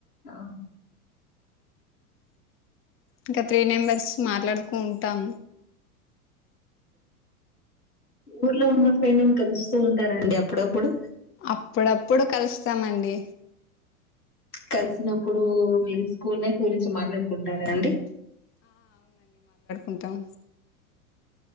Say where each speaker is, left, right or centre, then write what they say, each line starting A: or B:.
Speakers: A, on the left; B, on the left.
A: ఆ
B: ఇంకా త్రీ నెంబర్స్ మాట్లాడుకూ ఉంటాం.
A: ఊర్లో ఉన్నప్పు మేం కలుస్తూ ఉంటారండి అప్పుడప్పుడు
B: అప్పుడప్పుడు కలుస్తామండి
A: కలిసినప్పుడు మీరు స్కూల్ మాట్లాడుకుంటారా అండి
B: ఉంటాం